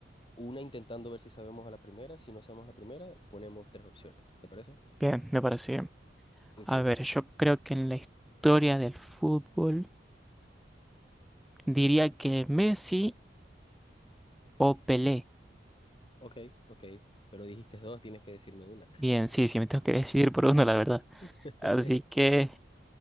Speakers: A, on the left; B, in the centre.
A: una intentando ver si sabemos a la primera? Si no sabemos la primera, ponemos tres opciones. ¿Te parece?
B: Bien, me parece bien.
A: Ok,
B: A ver, yo creo que en la historia del fútbol diría que Messi o Pelé.
A: ok, ok. Pero dijiste dos, tienes que decirme una.
B: Bien, sí, sí, me tengo que decidir por uno, la verdad.
A: <laughs>
B: Así que